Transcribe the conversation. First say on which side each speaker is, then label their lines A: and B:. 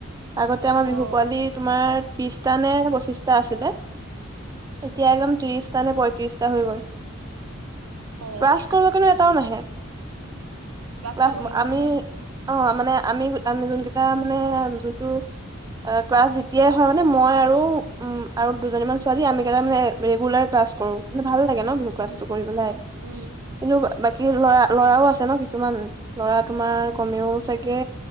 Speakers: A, on the right; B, on the right.
A: আগতে আমাৰ বিহু
B: অঁ
A: পোৱালি তোমাৰ। বিশটা নে পঁচিশটা আছিলে এতিয়া একদম ত্ৰিশ সানে পঁয়ত্ৰিশটা হৈ গ'ল।
B: অঁ
A: ক্লাছ কৰিব কাৰণো এটাও নাহে ক্লাছ
B: কৰিব কিন্তু
A: আমি
B: নাহে
A: অ', মানে। আমি আমি যোন কেইটা মানে যোনটো ক্লাছ যেতিয়াই হয়। মান মই আৰু উ আৰু দুজনীমান ছোৱালী আমটা মানে ৰেগুলাৰ ক্লাছ কৰো। ভাল লাগে ন বিহু কচটো
B: উম
A: কৰিব পেলাই
B: উম
A: কিন্তু বাকী লৰা ল'ৰাও আছে ন কিছুমান। ল'ৰা তোমাৰ
B: উম
A: কমেও চাগে।